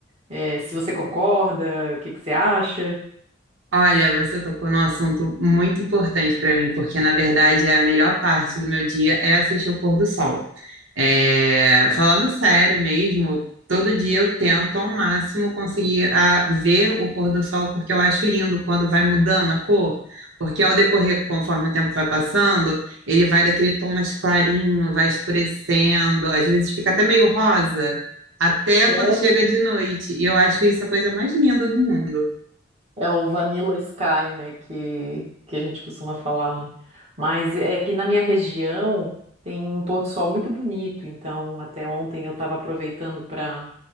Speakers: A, on the right; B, on the right.
A: eh, se você concorda, o que que você acha?
B: Olha, você tocou num assunto muito importante para mim, porque na verdade a melhor parte do meu dia é assistir o pôr do sol. É, falando sério mesmo, todo dia eu tento ao máximo conseguir a, ver o pôr do sol, porque eu acho lindo quando vai mudando a cor, porque ao decorrer, conforme o tempo vai passando, ele vai daquele tom mais clarinho, vai escurecendo, às vezes fica até meio rosa, até
A: É
B: quando chega de noite, e eu acho isso a coisa mais linda do mundo.
A: é o Vanilla Sky, né, que, que a gente costuma falar, né? Mas é que na minha região tem um pôr do sol muito bonito, então até ontem eu estava aproveitando para